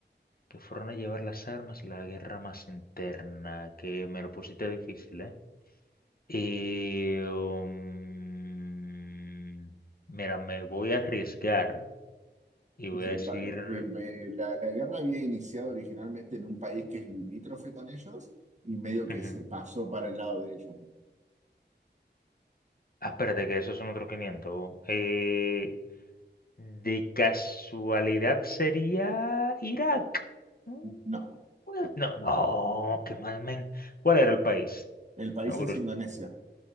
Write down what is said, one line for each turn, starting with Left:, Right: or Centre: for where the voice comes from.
Left: que fueron a llevar las armas, la guerra más interna, que me lo pusiste difícil, ¿eh? Y... um, mira, me voy a arriesgar y voy
Right: Es decir,
Left: a decir...
Right: el pa- el- el- la, la guerra había iniciado originalmente en un país que es limítrofe con ellos y medio que
Left: ujú.
Right: se pasó para el lado de ellos.
Left: Ah, espérate, que esos son otros quinientos Eh, de casualidad sería Irak. Mm,
Right: No,
Left: pues, No, no, qué mal, men. ¿Cuál era el país?
Right: el país
Left: No,
Right: es Indonesia.